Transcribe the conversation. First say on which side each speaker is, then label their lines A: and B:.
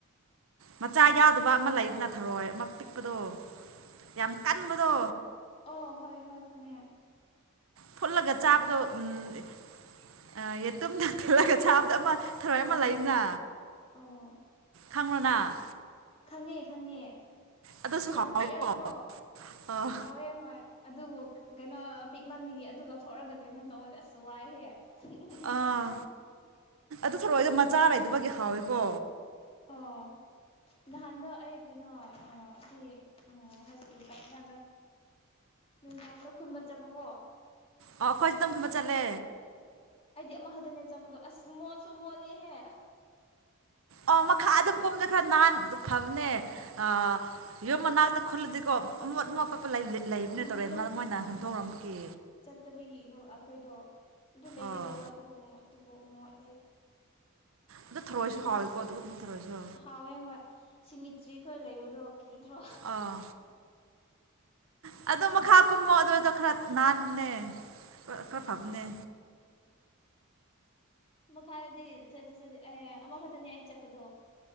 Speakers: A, on the right (about 65°); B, on the left (about 25°).
A: ꯃꯆꯥ ꯌꯥꯎꯗꯕ ꯑꯃ ꯂꯩꯗꯅ ꯊꯧꯔꯣꯏ ꯑꯃ ꯄꯤꯛꯄꯗꯣ ꯌꯥꯝ ꯀꯟꯕꯗꯣ
B: ꯑꯣ ꯍꯣꯏ ꯍꯣꯏ ꯈꯪꯉꯦ
A: ꯐꯨꯠꯂꯒ ꯆꯥꯕꯗꯣ ꯎꯝ ꯑ ꯌꯦꯇꯨꯝꯗꯪ ꯊꯤꯂꯒ ꯁꯥꯕꯗ ꯑꯃ ꯊꯔꯣꯏ ꯑꯃ ꯂꯩꯅ
B: ꯑꯣ
A: ꯈꯥꯡꯅꯣꯅꯅꯥ
B: ꯈꯪꯉꯦ ꯈꯪꯉꯦ
A: ꯑꯗꯨꯁꯨ
B: ꯌꯥꯝ
A: ꯍꯥꯎꯋꯦꯀꯣ
B: ꯄꯤꯛꯑꯒꯀꯣ
A: ꯑꯥ
B: ꯍꯥꯎꯋꯦ ꯍꯣꯏ ꯑꯗꯨꯕꯨ ꯀꯩꯅꯣ ꯄꯤꯛꯃꯥꯟꯕꯤꯒꯤ ꯑꯗꯨ ꯂꯧꯊꯣꯛꯑꯒ ꯀꯩꯅꯣ ꯇꯧꯕꯗꯤ ꯑꯁꯁꯨ ꯋꯥꯏꯍꯦ <unintelligible>
A: ꯑꯥ ꯑꯗꯨ ꯊꯧꯛꯑꯣꯗꯣ ꯃꯆꯥ ꯂꯩꯇꯕꯒꯤ ꯍꯥꯎꯋꯏꯀꯣ
B: ꯑꯣ ꯅꯍꯥꯟꯗꯣ ꯑꯩ ꯀꯩꯅꯣ ꯁꯤ ꯍꯥꯏ ꯁ꯭ꯀꯨꯜ ꯇꯒ ꯅꯨꯡꯗꯥꯡꯗ ꯈꯨꯟꯕ ꯆꯠꯄꯀꯣ
A: ꯑꯣ ꯑꯩꯈꯣꯏ ꯆ ꯑꯗꯨꯝ ꯆꯕ ꯆꯠꯂꯦ
B: ꯑꯩꯗꯤ ꯑꯃ ꯈꯛꯇꯅꯦ ꯆꯠꯕꯗꯣ ꯑꯁ ꯃꯣꯠꯁꯨ ꯃꯣꯠꯂꯦꯍꯦ
A: ꯑꯣ ꯃꯈꯥ ꯑꯗꯨꯝ ꯀꯨꯝꯅ ꯈꯔ ꯅꯥꯟ ꯐꯕꯅꯦ ꯑ ꯌꯨꯝ ꯃꯅꯥꯛꯇ ꯈꯨꯜꯂꯗꯤꯀꯣ ꯑꯃꯣꯠ ꯑꯃꯣꯠꯣꯠꯄ ꯂꯩꯕꯅꯦ
B: ꯎꯝ
A: ꯇꯧꯔꯦ ꯃꯣꯏꯅ ꯍꯨꯟꯗꯣꯛꯎꯝꯕꯒꯤ
B: ꯐꯠꯇꯕꯒꯤꯅꯨ ꯑꯩꯈꯣꯏꯗꯣ ꯑꯗꯨ ꯂꯩꯗꯤ
A: ꯑꯣ
B: ꯂꯩꯕ ꯑꯗꯨꯕꯨ ꯃꯣꯠꯇꯦꯕꯥꯎ ꯃꯣꯠꯂꯦ
A: ꯑꯗꯨ ꯊꯔꯣꯏꯁꯨ
B: ꯀꯩꯅꯣ
A: ꯍꯥꯎꯋꯤꯀꯣ ꯑꯗꯨ ꯊꯔꯣꯏꯁꯨ
B: ꯍꯥꯎꯋꯦ ꯍꯣꯏ ꯁꯤꯃꯤꯇ꯭ꯔꯤ ꯈꯔ ꯂꯩꯕꯗꯣ ꯀꯗ꯭ꯔꯣ
A: ꯑꯥ ꯑꯗꯣ ꯃꯈꯥ ꯀꯨꯝꯃꯣ ꯑꯗꯨꯗ ꯈꯔ ꯅꯥꯟꯕꯅꯦ ꯈꯔ ꯐꯕꯅꯦ
B: ꯃꯈꯥꯗꯗꯤ ꯆꯠ ꯆꯠ ꯑꯦ ꯑꯃꯈꯛꯇꯅꯤ ꯑꯩ ꯆꯠꯄꯗꯣ